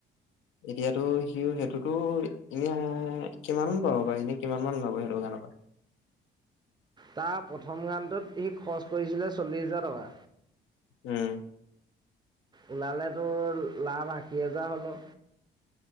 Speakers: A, on the left (about 80°); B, on the right (about 20°).
A: এতিয়াতো সি সেইটোতো এনে কিমান পাব বা এনে কিমান মান লাব সেইটো গান। অ'
B: তাৰ প্ৰথম গানটোত সি খৰচ কৰিছিলে চল্লিছ হোজাৰ টকা।
A: উম।
B: ওলালেতো লাভ আশী হাজাৰ হ'লেও